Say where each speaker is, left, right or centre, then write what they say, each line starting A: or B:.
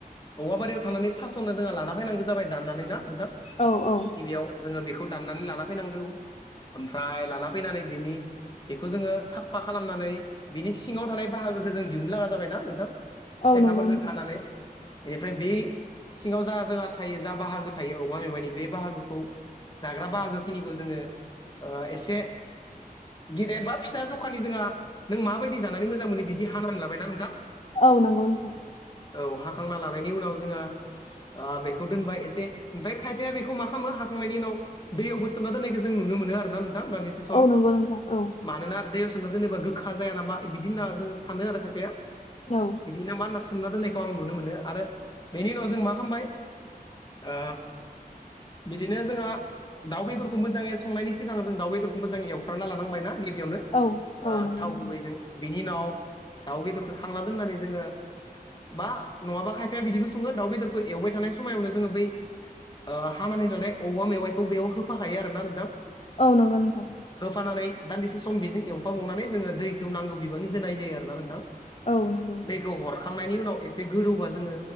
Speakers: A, on the left (about 30°); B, on the left (about 45°).
A: औवाबारियाव थांनानै फार्स्टआवनो जोंहा लाना फैनांगौ जाबाय दाननानै ना नोंथां?
B: औ औ
A: गिबियाव जोङो बेखौ दाननानै लाना फैनांगौ ओमफ्राय लाना फैनानै बेनि बेखौ जोङो साफा खालामनानै बिनि सिङाव थानाय बाहागोखौ जों दिहुननो लागा जाबायना नोंथां
B: औ
A: सेखाफोरजों
B: नंगौ नोंथां
A: खानानै एनिफ्राय बे सिङाव जा जोंहा थायो जा बाहागो थायो औवा मेवाइनि बे बाहागोखौ जाग्रा बाहागो खिनिखौ जोङो ओ एसे गेदेद बा फिसा जखानि जोंहा नों माबायदि जानानै मोजां मोनो बिदि हानानै लाबायना नोंथां
B: औ नंगौ नोंथां
A: औ हाखांना लानायनि उनाव जोङो ओ बेखौ दोनबाय एसे ओमफ्राय खायफाया बेखौ मा खालामो हाखांनायनि उनाव दैयावबो सोमना दोननायखौ जों नुनो मोनो आरोना नोंथां दसे सम
B: औ नंगौ नोंथां औ
A: मानोना दैयाव सोमना दोनोबा गोखा जाया नामा बिदि होनना जोङो सानो आरो खायफाया
B: औ
A: इदिनो मा सोमना दोननायखौ आं नुनो मोनो आरो बेनि उनाव जों मा खालामबाय ओ बिदिनो जोंहा दाउ बेदरखौ मोजाङै संनायनि सिगां जों दाउ बेदर खौबो जों एवफ्रामना लानांबायना गिबियावनो ओ
B: औ औ नंगौ
A: थाव
B: नोंथां
A: गुबैजों बिनि उनाव दाउ बेदरखौ खांना दोननानै जोङो बा नङाबा खायफाया बिदिबो सङो दाउ बेदरखौ एवबाय थानाय समायावनो जोङो बै ओ हानानै नालाय अबेबा मेवाइखौ बेयाव होफाखायो आरोना नोंथां
B: औ नंगौ नोंथां
A: होफानानै दान्दिसे सम बेजों एवफाबावनानै जोङो दैखौ नांगौ बिबांनि होनाय जायो आरोना नोंथां
B: औ नंगौ
A: दैखौ हर खांनायनि उनाव एसे गोदौबा जोङो